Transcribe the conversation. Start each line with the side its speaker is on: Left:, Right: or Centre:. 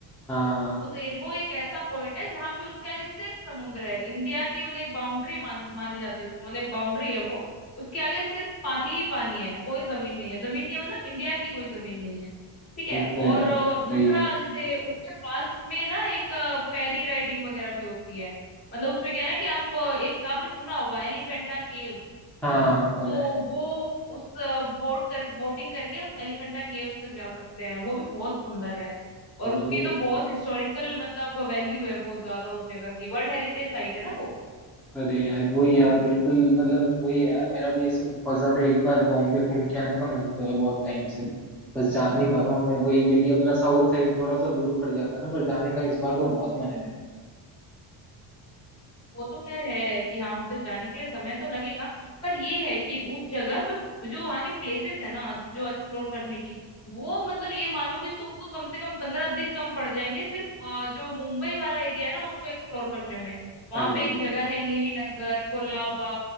Centre: हाँ
Left: उस एरिया वो एक ऐसा पॉइंट है जहां पे उसके आगे सिर्फ समुद्र है इंडिया की मतलब एक बाउंड्री मान मानी जाती है उसको मतलब एक बाउंड्री है वो उसके आगे सिर्फ पानी ही पानी है कोई जमीन नहीं है जमीन नहीं है मतलब इंडिया की कोई जमीन नहीं है ठीक है
Centre: वो तो यार
Left: और अ,
Centre: सही
Left: दूसरा
Centre: है
Left: जैसे उसके पास में ना एक फेरी राइडिंग वगैरह भी होती है मतलब उसमें क्या है ना कि आप अ, एक आपने सुना होगा एलिफेंटा केव्स
Centre: हाँ हाँ सुना
Left: तो
Centre: है
Left: वो उस बोट कर बोटिंग करके हम एलिफेंटा केव्स तक जा सकते हैं वो भी बहुत सुंदर है
Centre: वो
Left: और उसकी तो बहुत हिस्टोरिकल मतलब वैल्यू है बहुत ज्यादा उस जगह की वर्ल्ड हेरिटेज साइट है ना वो
Centre: अरे यार वही यार बिल्कुल मतलब वही है यार मेरा भी ये सब बहुत ज्यादा एक बार बॉम्बे घूम के आने का मन तो है बहुत टाइम से बस जा नहीं पा रहा हूँ मैं वही क्योंकि अपना साउथ साइड थोड़ा सा दूर पड़ जाता है ना पर जाने का इस बार तो बहुत मन है मेरा
Left: वो तो खैर है कि हाँ उधर जाने के लिए समय तो लगेगा पर ये है कि उस जगह पे जो वहाँ के प्लेसेस है ना जो एक्सप्लोर करने की वो मतलब ये मानो कि तुमको कम से कम पंद्रह दिन कम पड़ जाएंगे सिर्फ अ, जो मुंबई वाला एरिया है ना उसको एक्सप्लोर करने में वहाँ
Centre: अरे
Left: पे एक जगह है नेवी नगर कोलाबा